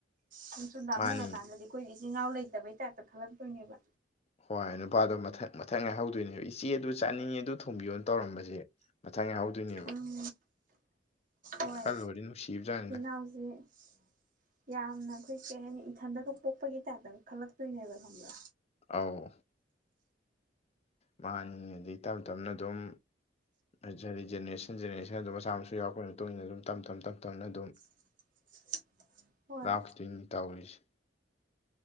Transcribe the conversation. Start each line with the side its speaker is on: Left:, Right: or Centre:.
Right: ꯁꯨꯝ ꯁꯨꯝ ꯂꯥꯞꯅꯒ꯭ꯔꯥ
Left: ꯃꯥꯅꯤ
Right: ꯀꯥꯟꯗꯗꯤ ꯑꯩꯈꯣꯏ ꯏꯆꯤꯟ ꯏꯅꯥꯎ ꯂꯩꯇꯕꯩ ꯇꯥꯏꯞꯇ ꯈꯜꯂꯛꯇꯣꯏꯅꯦꯕ
Left: ꯍꯣꯏ ꯅꯨꯄꯥꯗꯣ ꯃꯊꯪ ꯃꯊꯪ ꯉꯥꯏꯍꯧꯗꯣꯏꯅꯦꯕ ꯏꯆꯦ ꯑꯗꯨ ꯆꯥꯅꯤꯡꯉꯦ ꯑꯗꯨ ꯊꯣꯡꯕꯤꯌꯣꯅ ꯇꯧꯔꯝꯕꯖꯦ ꯃꯊꯪ ꯉꯥꯏꯍꯧꯗꯣꯏꯅꯦꯕ
Right: ꯎꯝ ꯍꯣꯏ
Left: ꯈꯜꯂꯨꯔꯗꯤ ꯅꯨꯡꯁꯤꯕꯖꯥꯅꯤꯗ
Right: <unintelligible> ꯌꯥꯝꯅ ꯑꯩꯈꯣꯏ ꯀꯩ ꯍꯥꯏꯅꯤ ꯏꯊꯟꯇꯒ ꯄꯣꯛꯄꯒꯤ ꯇꯥꯏꯞꯇꯒ ꯈꯜꯂꯛꯇꯣꯏꯅꯦꯕ ꯈꯪꯕ꯭ꯔꯥ
Left: ꯑꯥꯎ ꯃꯥꯅꯤ ꯑꯗꯩ ꯇꯞ ꯇꯞꯅ ꯑꯗꯨꯝ ꯍꯥꯏꯗꯤ ꯖꯦꯅꯦꯔꯦꯁꯟ ꯖꯦꯅꯦꯔꯦꯁꯟ ꯑꯗꯨꯝ ꯃꯆꯥ ꯃꯁꯨ ꯌꯧꯔꯛꯄꯒꯤ ꯇꯣꯏꯅ ꯑꯗꯨꯝ ꯇꯝ ꯇꯝ ꯇꯞ ꯇꯞꯅ ꯑꯗꯨꯝ
Right: <inaudible> ꯍꯣꯏ
Left: ꯂꯥꯞꯈꯤꯗꯣꯏꯅꯤ ꯇꯧꯔꯤꯁꯦ